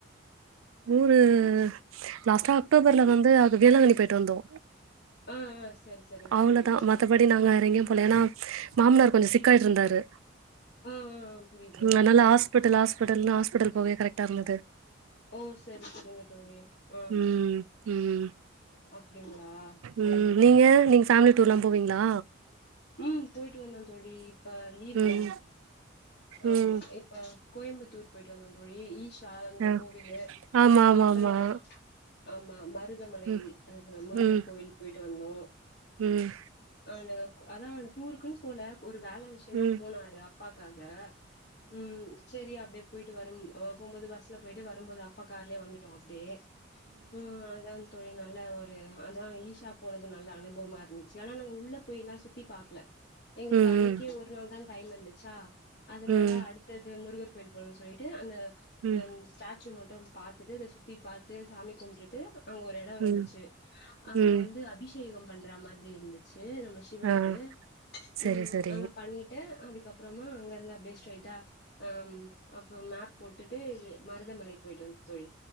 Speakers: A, on the right (about 80°); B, on the left (about 50°).
A: ஊர்ஹூ ம் லாஸ்டா அக்டோபர்ல வந்து அது வேளாங்கண்ணி போயிட்டு வந்தோ
B: ஆ ஆ சரி சரிங்க
A: அவ்ளோதா
B: தோழி
A: மத் மத்தபடி நாங்க வேறங்கேயூ போல ஏன்னா மாமனார் கொஞ்சொ சிக்காயிட்டு இருந்தாரு
B: ஆ ஆ புரியுது
A: அதனால
B: ஆ
A: ஹாஸ்பிட்டல் ஹாஸ்பிடல்ன்னு ஹாஸ்பிட்டல் போகவே கரெக்டா இருந்தது
B: ஓ சரி சரிங்க தோழி ஆ
A: ம் ம்
B: அப்டிங்களா
A: ம்
B: ஆ
A: நீங்க நீங்க ஃபேமிலி டூர்ல்லா போவீங்களா
B: ம் போயிட்டு வந்தோ தோழி இப்ப லீவ்ல
A: ம்
B: ஆமா
A: ம்
B: ப கோயம்பத்தூர் போய்ட்டு வந்தோ தோழி ஈஷ் சா அந்த
A: ஆ
B: கோவிலு
A: ஆமா ஆமா
B: அப்றோ
A: ஆமா
B: ஆமா மருதமலை
A: ம்
B: அது முருகர்
A: ம்
B: கோயில் போயிட்டு வந்தோ
A: ம்
B: ஆ நாங்க அதா டூருக்குன் போல ஒரு வேல விஷ்யமா
A: ம்
B: போனாரு அப்பாக்காக ம் செரி அப்டியே போயிட்டு வரும் போம்போது பஸ்ல போயிட்டு வரும்போது அப்பா கார்லே வந்துட்டோ அப்டியே ம் அதா தோழி நல்ல ஒரு அதா ஈஷா போனது நல்ல அனுபவமா இருந்துச்சு ஆனா நாங்க உள்ள போய்ல்லா சுத் த்தி பாக்ல எங்களுக்கு
A: ம்
B: அன்னிக்கே ஒரு நாள் தா டைம் இருந்துச்சா அதனால
A: ம்
B: அடுத் தது முருகர் கோவில் போனுன் சொல்லிட்டு அந்த
A: ம்
B: அ ஸ்டாச்சூ மட்டு பாத்துட்டு இத சுத்தி பாத்து சாமி கும்பிட்டுட்டு அங்க ஒரு தாவு இருந்துச்சு
A: ம்
B: அங்க
A: ம்
B: வந்து அபிஷேகம் பண்ற மாதிரி இருந்துச்சு நம்ம சிவனுக்
A: ஆ
B: கு
A: சரி
B: ம்
A: சரி
B: அங்க பண்ணிட்டு அதுக்கப்பறமா அங்க இருந்து அப்டியே ஸ்ரெய்ட்டா அம் அப்ப மேப் போட்டுட்டு மருதமலை போய்ட்டோ தோழி